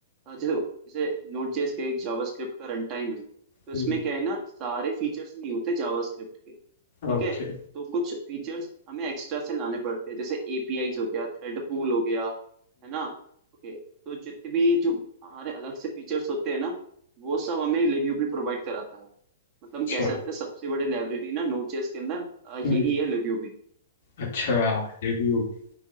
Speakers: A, on the right (about 35°); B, on the left (about 60°).
A: अ, जैसे जैसे नोड जेएस का एक जावास्क्रिप्ट का रन टाइम है तो
B: है
A: इसमें क्या है ना सारे फीचर्स नहीं होते जावास्क्रिप्ट के ठीक
B: ओके
A: है तो कुछ फीचर्स हमें एक्स्ट्रा से लाने पड़ते हैं जैसे एपीआई हो गया थ्रेड पूल हो गया है ना ओके तो जितने भी जो हमारे अलग से फीचर्स होते हैं ना वो सब हमें लिक्यूपी प्रोवाइड कराता है मतलब हम
B: अच्छा
A: कह सकते हैं सबसे बड़ी लाइब्रेरी ना नोड जेएस के अंदर अ, यही
B: हम्म
A: है लिक्यूपी
B: अच्छा Live UV